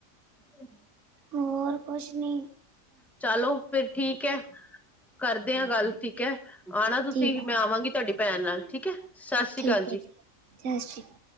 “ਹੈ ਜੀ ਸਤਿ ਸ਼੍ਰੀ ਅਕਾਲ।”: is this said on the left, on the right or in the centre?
Right